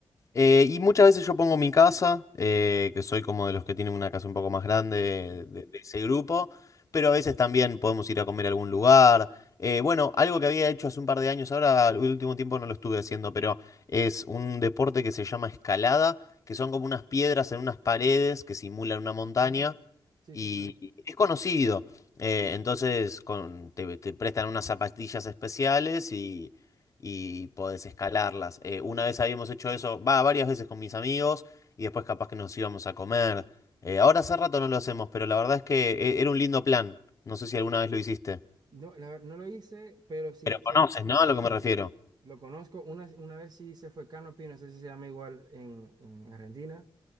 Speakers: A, on the left; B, on the right.
A: Eh, y muchas veces yo pongo mi casa, eh, que soy como de los que tienen una casa un poco más grande
B: Ujú.
A: de, de ese grupo, pero a veces también podemos ir a comer a algún lugar. Eh, bueno, algo que había hecho hace un par de años, ahora el último tiempo no lo estuve haciendo, pero es un deporte que se llama escalada, que son como unas piedras en unas paredes que simulan una montaña
B: Mm, Sí,
A: y
B: sí, lo-
A: es conocido. Eh, entonces con- te, te prestan unas zapatillas especiales y y podés escalarlas. Eh, una vez habíamos hecho eso, va, varias veces con mis amigos y después capaz que nos íbamos a comer. Eh, ahora hace rato no lo hacemos, pero la verdad es que eh, era un lindo plan. No sé si alguna vez lo hiciste.
B: No, la ver- no lo hice, pero sí,
A: Pero conoces,
B: sí he visto,
A: ¿no? A lo que me
B: sí,
A: refiero.
B: sí, lo conozco. Una, una vez sí se fue Canopy, no sé si se llama igual en, en Argentina.